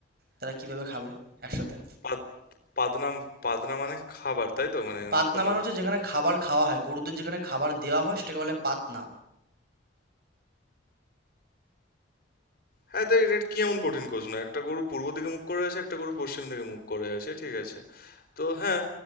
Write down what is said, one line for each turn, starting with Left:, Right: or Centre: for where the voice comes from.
Right: তারা কিভাবে খাবে একসাথে
Left: পাত- পাতনা পাতনা মানে খাবার তাই তো মানে
Right: পাতনা
Left: কোনো
Right: মানে হচ্ছে যেখানে খাবার খাওয়া হয় গরুদের যেখানে খাবার দেওয়া হয় সেটাকে বলে পাতনা
Left: হ্যাঁ তাই এটা কি এমন কঠিন প্রশ্ন একটা গরু পূর্ব দিকে মুখ করে আছে একটা গরু পশ্চিম দিকে মুখ করে আছে ঠিক আছে তো হ্যাঁ